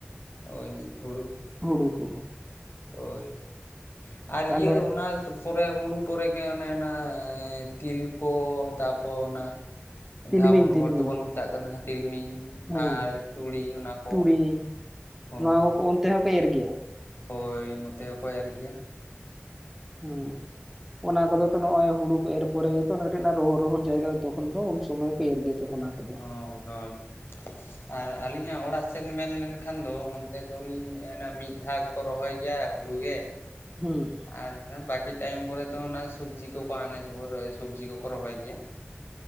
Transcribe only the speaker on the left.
ᱦᱳᱭ ᱦᱩᱲᱩ ᱼᱼ
ᱦᱳᱭ ᱟᱨ
ᱤᱭᱟᱹ ᱚᱱᱟ ᱼᱼ ᱛᱟᱨᱯᱚᱨᱮ ᱦᱩᱲᱩ ᱯᱚᱨᱮ ᱜᱮ ᱚᱱᱮ ᱚᱱᱟ ᱛᱤᱞ ᱠᱚ ᱛᱟᱯᱚᱨ ᱚᱱᱟ ᱼᱼ
ᱡᱟᱦᱟᱸ ᱵᱚᱱ
ᱦᱚᱲ ᱛᱮᱵᱚᱱ ᱢᱮᱛᱟᱜ ᱠᱟᱱᱟ ᱛᱤᱞᱢᱤᱧ
ᱟᱨ ᱛᱩᱲᱤ ᱚᱱᱟ ᱠᱚ।
ᱦᱳᱭ
ᱦᱳᱭ ᱱᱚᱛᱮ ᱦᱚᱸᱠᱚ ᱮᱨ ᱜᱮᱭᱟ।
ᱦᱳᱭ ᱦᱳᱭ ᱟᱨ ᱟᱹᱞᱤᱧᱟᱜ ᱚᱲᱟᱜ ᱥᱮᱱ ᱢᱮᱱ ᱞᱮᱱᱠᱷᱟᱱ ᱫᱚ ᱚᱱᱛᱮ ᱫᱚᱞᱤᱧ ᱮᱱᱟ ᱢᱤᱫ ᱼᱼ ᱡᱟᱦᱟ ᱜᱮ ᱠᱚ ᱨᱚᱦᱚᱭ ᱜᱮᱭᱟ ᱦᱩᱲᱩᱜᱮ।
ᱟᱨ ᱵᱟᱠᱤ ᱴᱟᱭᱤᱢ ᱠᱚᱨᱮ ᱫᱚ ᱚᱱᱟ ᱥᱚᱵᱡᱤ ᱠᱚᱠᱚ ᱟᱱᱟᱡ ᱠᱚ ᱠᱚ ᱥᱚᱵᱡᱤ ᱠᱚᱠᱚ ᱨᱚᱦᱚᱭ ᱜᱮᱭᱟ। <unintelligible>